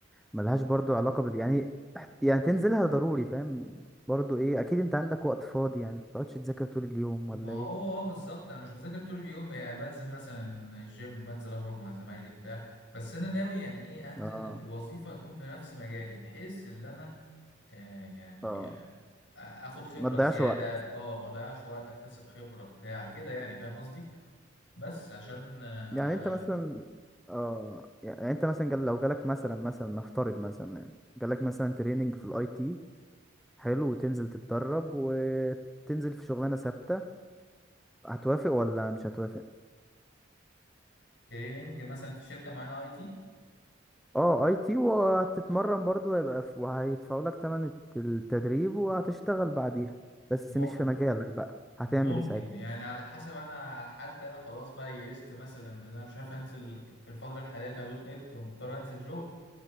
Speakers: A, in the centre; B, on the left.
A: ملهاش برضو علاقة بال يعني يعني تنزلها ضروري فاهم برضو ايه اكيد انت عندك وقت فاضي يعني متقعدش تذاكر طول اليوم
B: ما
A: ولا
B: هو
A: ايه
B: اه بالظبط انا مش بذاكر طول اليوم يعني بنزل مثلا الجيم بنزل اخرج مع زمايلي بتاع بس انا ناوي يعني ايه انزل
A: اه
B: وظيفه يكون في نفس مجالي بحيث ان انا آه يعني
A: اه
B: آه، اخد خبره
A: ما تضيعش
B: زياده
A: وقت
B: اه ما اضيعش وقت اكتسب خبره بتاع كده يعني فاهم قصدي بس عشان آه،
A: يعني انت مثلا اه يعني انت مثلا جال لو جالك مثلا مثلا نفترض مثلا يعني جالك مثلا تريننج في الاي تي حلو وتنزل تتدرب وتنزل في شغلانة ثابتة هتوافق ولا مش هتوافق
B: تريننج مثلا في شركه معينه اي تي
A: اه اي تي وهتتمرن برضو هيبقى في- وهيدفعوا لك تمن التدريب وهتشتغل بعديها بس
B: م-
A: مش في مجالك بقى هتعمل
B: ممكن
A: ايه ساعتها
B: يعني على حسب انا حالتي انا خلاص بقى يئست مثلا ان انا مش عارف انزل في الفتره الحاليه كدوت نت ومضطر انزل شغل